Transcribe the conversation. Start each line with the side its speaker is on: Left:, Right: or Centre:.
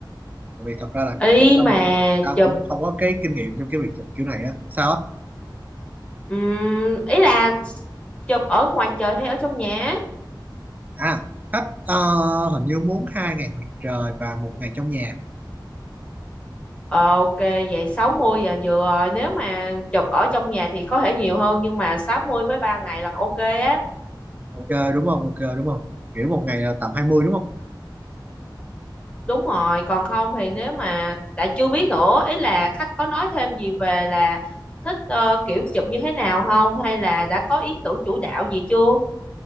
Right: Tại vì thật ra là
Left: Ý
Right: lúc tao
Left: mà
Right: đi thì tao
Left: chụp
Right: cũng không có cái kinh nghiệm trong cái việc chụp kiểu này á. Sao á?
Left: ừm, ý là chụp ở ngoài trời hay ở trong nhà?
Right: À, khách ờ, hình như muốn hai ngày ngoài trời và một ngày trong nhà.
Left: Ờ, ok vậy 60 giờ vừa rồi nếu mà chụp ở trong nhà thì có thể nhiều hơn nhưng mà 60 với 3 ngày là ok á
Right: Ok đúng không? Ok đúng không? Kiểu một ngày là tầm hai mươi đúng không?
Left: đúng rồi còn không thì nếu mà đã chưa biết nữa ý là khách có nói thêm gì về là thích ờ, kiểu chụp như thế nào không hay là đã có ý tưởng chủ đạo gì chưa